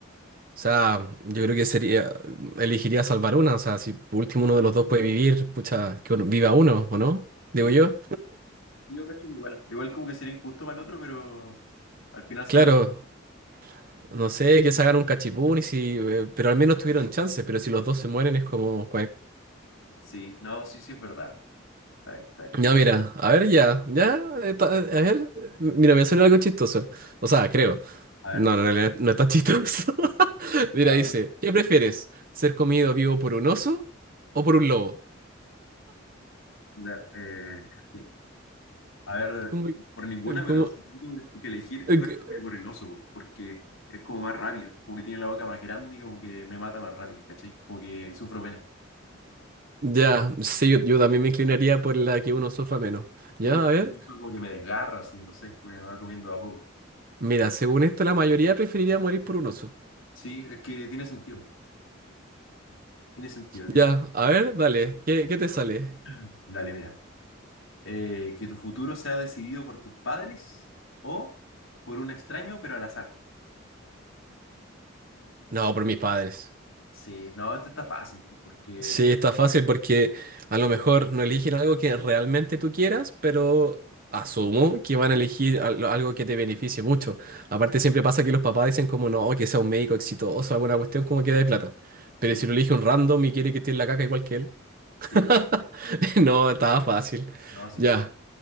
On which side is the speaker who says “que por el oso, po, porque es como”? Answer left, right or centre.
Left